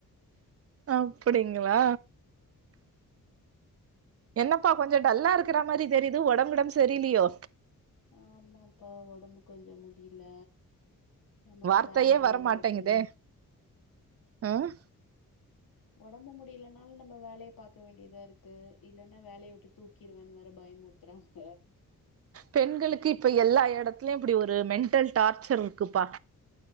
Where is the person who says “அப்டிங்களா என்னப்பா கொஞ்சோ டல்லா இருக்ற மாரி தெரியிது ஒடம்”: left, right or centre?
Right